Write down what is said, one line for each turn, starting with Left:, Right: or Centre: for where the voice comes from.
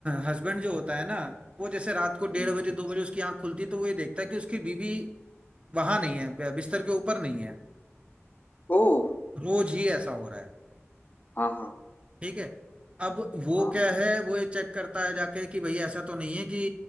Right: हस्बैंड जो होता है ना वो जैसे रात को डेढ़
Left: हम्म
Right: बजे दो बजे उसकी आंख खुलती है तो वो ये देखता है कि उसकी बीवी वहां नहीं है ब- बिस्तर के ऊपर नहीं है
Left: ओह
Right: रोज ही ऐसा हो रहा है
Left: हाँ हाँ
Right: ठीक है अब वो
Left: हाँ
Right: क्या है वो ये चेक करता है जाके कि भाई ऐसा तो नहीं है कि